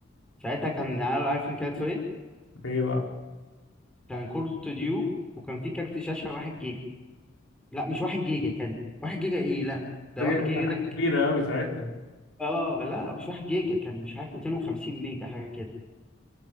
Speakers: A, in the centre; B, on the left.
A: ساعتها كان عارف عارفين كانت ايه
B: ايه بقى
A: كان كورت استوديو وكان في كارت شاشه واحد جيجا لا مش واحد جيجا كان واحد جيجا ايه لا ده واحد
B: ده
A: جيجا
B: كان حاجه
A: ده كان
B: كبيره قوي ساعتها
A: اه لا مش واحد جيجا كان مش عارف 250 ميجا حاجه كده